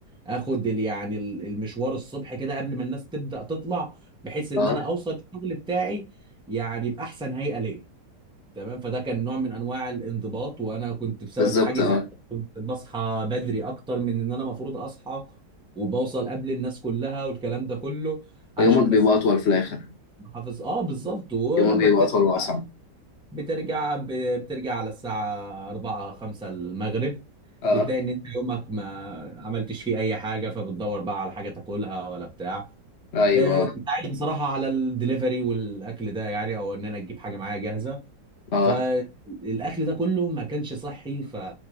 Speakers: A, in the centre; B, on the left.
A: اخد ال- يعني ال- المشوار الصبح كده قبل ما الناس تبدا تطلع بحيث ان
B: اه
A: انا اوصل الشغل بتاعي يعني باحسن هيئه ليا تمام فده كان نوع من انواع الانضباط وانا كنت بسبب
B: بالظبط
A: حاجه
B: اه
A: زي كده كنت بصحى بدري اكتر من ان انا المفروض اصحى وبوصل قبل الناس كلها والكلام ده كله
B: فيومك
A: علشان
B: بيبقى
A: بس
B: اطول في الاخر
A: حافظ اه بالظبط ولما
B: يومك بيبقى
A: بترجع
B: اطول واصعب
A: بقى- بترجع ب- بترجع على الساعه 4 5 المغرب
B: اه
A: بتلاقي ان انت يومك ما عملتش فيه اي حاجه فبتدور بقى على حاجه تاكلها ولا بتاع
B: ايوه
A: آه، كنت عايش بصراحه على الدليفري والاكل ده يعني او ان انا اجيب حاجه معايا جاهزه
B: اه
A: فالاكل ده كله ما كانش صحي ف